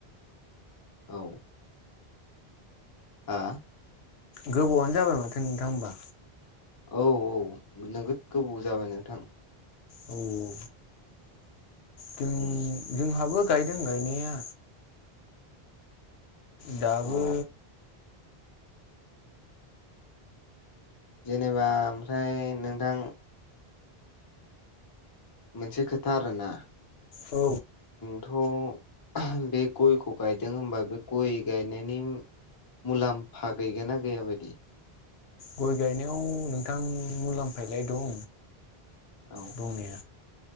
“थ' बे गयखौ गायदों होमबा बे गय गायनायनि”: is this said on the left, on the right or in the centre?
Left